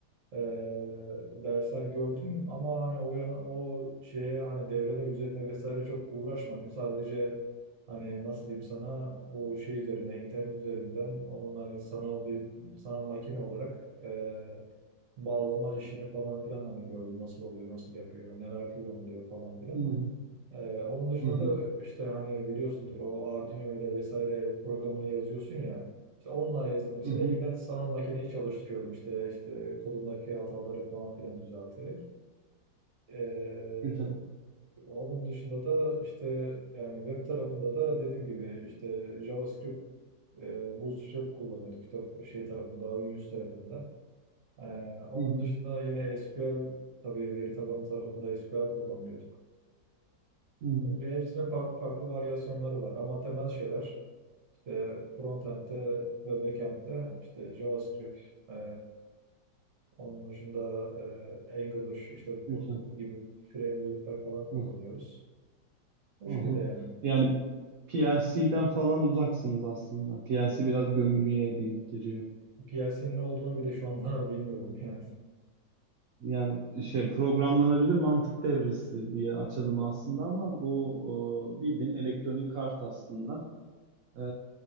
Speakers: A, on the right; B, on the right.
A: e, dersler gördüm ama hani o yana o şeye hani devreler üzerinde vesaire çok uğraşmadım. Sadece hani nasıl diyeyim sana bu şey üzerine internet üzerinden onun hani sanal bir sanal makine olarak e, bağlama işini falan filan hani gördüm nasıl oluyor nasıl yapıyor neler kullanılıyor falan filan.
B: hı
A: Ee, onun dışında
B: hı
A: da işte hani biliyorsundur o Arduino ile vesaire programını yazıyorsun ya. İşte onunla yazıp mesela
B: hı hı.
A: yine sanal makineyi çalıştırıyordum işte işte kodumdaki hataları falan filan düzelterek. Ee,
B: Güzel.
A: onun dışında da işte yani web tarafında da dediğim gibi işte JavaScript, e, Bootstrap kullanıyorduk işte şey tarafında, ön yüz tarafında. Ee, onun
B: Hı hı
A: dışında yine SQL tabii veri tabanı tarafında SQL kullanıyorduk.
B: hı.
A: Ve hepsinin farklı farklı varyasyonları var. Ama temel şeyler işte frontend'de ve backend'de işte JavaScript, e, onun dışında e, Angular işte
B: Güzel.
A: bu gibi framework'ler falan kullanıyoruz.
B: Hı
A: Bu
B: Hı
A: şekilde
B: hı.
A: yani.
B: Yani PLC'den falan uzaksınız aslında. PLC biraz gömülüye denk giriyor.
A: PLC'nin ne olduğunu bile şu anda <laughs> bilmiyorum yani.
B: Yani şey programlanabilir mantık devresi diye açalım aslında ama bu e, bildiğin elektronik kart aslında. E,